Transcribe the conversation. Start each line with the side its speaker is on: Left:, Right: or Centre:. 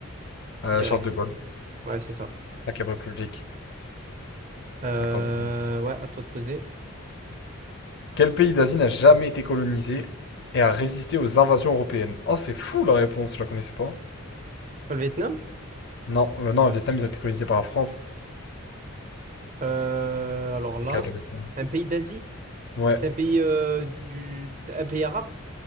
Left: euh,
Right: direct.
Left: Charles de Gaulle.
Right: Ouais, c'est ça.
Left: Cinquième République.
Right: Euh,
Left: Accordé.
Right: ouais, à toi de poser.
Left: Quel pays d'Asie n'a jamais été colonisé et a résisté aux invasions européennes? Oh, c'est fou la réponse, je la connaissais pas.
Right: Le Vietnam?
Left: Non, euh, non, le Vietnam, ils ont été colonisés par la France.
Right: Euh, alors là,
Left: Ok, le cas du Vietnam.
Right: un pays d'Asie?
Left: Ouais.
Right: C'est un pays euh, du, un pays arabe?